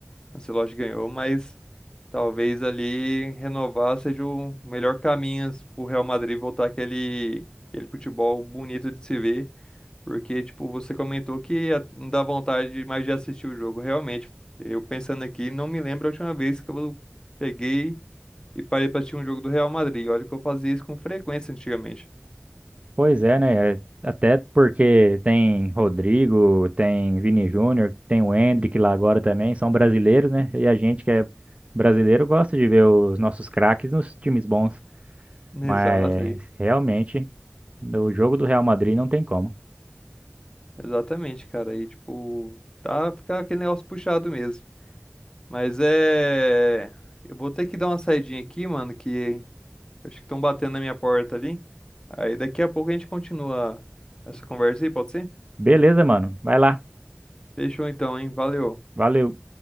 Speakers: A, on the left; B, on the right.
A: o Ancelotti ganhou, mas talvez ali renovar seja o melhor caminho pro Real Madrid voltar aquele, aquele futebol bonito de se ver. Porque, tipo, você comentou que a- não dá vontade de- mais de assistir o jogo. Realmente, eu pensando aqui, não me lembro a última vez que eu peguei e parei pra assistir um jogo do Real Madrid. Olha que eu fazia isso com frequência antigamente.
B: Pois é, né? É, Até porque tem Rodrigo, tem Vini Júnior, tem o Endrick lá agora também, são brasileiros, né? E a gente que é brasileiro gosta de ver os nossos craques nos times bons.
A: Exato
B: Mas
A: aí.
B: realmente, no jogo do Real Madrid não tem como.
A: Exatamente, cara. Aí, tipo, tá ficar aquele negócio puxado mesmo. Mas é. Eu vou ter que dar uma saidinha aqui, mano, que acho que estão batendo na minha porta ali. Aí daqui a pouco a gente continua essa conversa aí, pode ser?
B: Beleza, mano. Vai lá.
A: Fechou então, hein? Valeu.
B: Valeu.